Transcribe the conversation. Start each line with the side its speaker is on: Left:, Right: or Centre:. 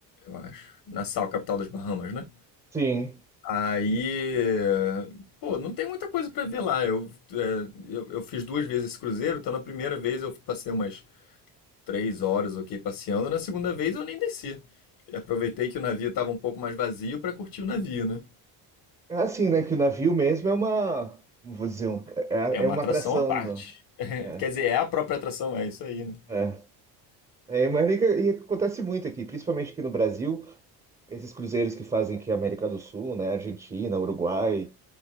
Left: eu acho. Nassau, capital das Bahamas, né?
Right: sim.
Left: Aí, pô, não tem muita coisa pra ver lá. Eu, é, eu, eu fiz duas vezes esse cruzeiro, então na primeira vez eu passei umas três horas, ok, passeando. Na segunda vez eu nem desci. Aproveitei que o navio estava um pouco mais vazio para curtir o navio, né?
Right: É assim, né? Que o navio mesmo é uma, como vou dizer, um- é,
Left: É uma
Right: é uma
Left: atração
Right: atração
Left: à parte.
Right: do,
Left: <laughs>
Right: é,
Left: Quer dizer, é a própria atração, é isso aí, né?
Right: é. É, mas e que- e que acontece muito aqui, principalmente aqui no Brasil, esses cruzeiros que fazem aqui a América do Sul, né? Argentina, Uruguai,